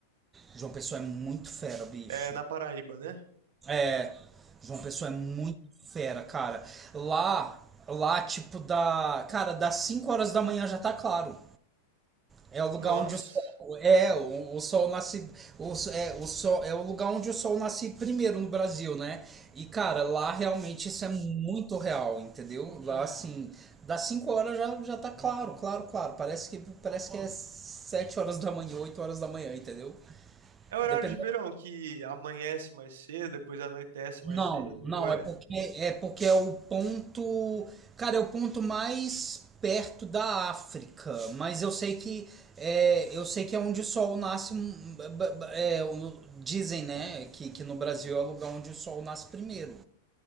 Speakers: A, on the right; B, on the right.
A: João Pessoa é muito fera, bicho.
B: É na Paraíba, né?
A: É, João Pessoa é muito fera, cara. Lá, lá tipo da, cara, das 5 horas da manhã já tá claro. É o lugar
B: Nossa.
A: onde o sol é o, o sol nasce o, so- é o sol é o lugar onde o sol nasce primeiro no Brasil, né? E cara, lá realmente isso é muito real, entendeu? Lá assim, das 5 horas já, já tá claro, claro, claro. Parece que parece que é 7 horas da manhã, 8 horas da manhã, entendeu?
B: É o horário
A: Dependendo
B: de verão que amanhece mais cedo, depois anoitece mais
A: Não,
B: cedo?
A: não,
B: Ué.
A: é porque é porque é o ponto, cara, é o ponto mais perto da África, mas eu sei que é, eu sei que é onde o sol nasce, hum, ba- ba- é, o- dizem, né, que, que no Brasil é o lugar onde o sol nasce primeiro.